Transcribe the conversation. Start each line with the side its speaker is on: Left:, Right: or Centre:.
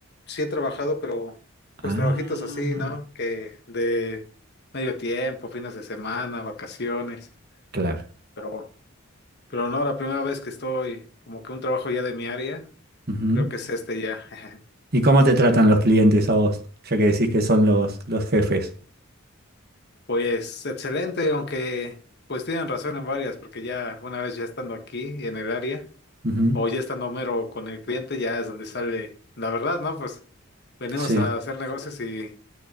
Left: sí he trabajado, pero pues
Right: Ah,
Left: trabajitos así, ¿no? Que de medio tiempo, fines de semana, vacaciones.
Right: claro.
Left: Pero, pero no, la primera vez que estoy como que un trabajo ya de mi área,
Right: Ujú.
Left: creo que es este ya. <laughs>
Right: ¿Y cómo te tratan los clientes a vos? Ya que decís que son los, los jefes.
Left: Pues excelente, aunque pues tienen razón en varias, porque ya una vez ya estando aquí y en el área,
Right: Ujú.
Left: o ya estando mero con el cliente, ya es donde sale la verdad, ¿no? Pues venimos
Right: Sí,
Left: a hacer negocios y,